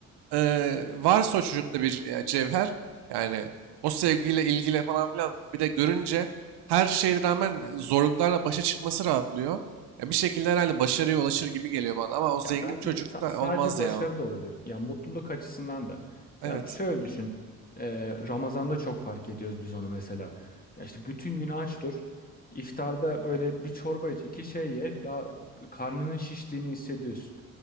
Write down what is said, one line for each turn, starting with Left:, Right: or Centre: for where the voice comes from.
Right: eee, varsa o çocukta bir e, cevher yani o sevgiyle ilgili falan filan bir de görünce her şeye rağmen zorluklarla başa çıkması rahatlıyor. Ya bir şekilde herhalde başarıya ulaşır gibi geliyor bana ama o zengin
Left: Ya bence
Right: çocuk
Left: sa-
Right: da
Left: sadece
Right: olmaz
Left: başarı
Right: ya.
Left: da olabilir. Ya mutluluk açısından da.
Right: Evet.
Left: Ya şöyle düşün. Ee, Ramazan'da çok fark ediyoruz biz onu mesela. Ya işte bütün gün aç dur. İftarda böyle bir çorba iç, iki şey ye. Ya karnının şiştiğini hissediyorsun.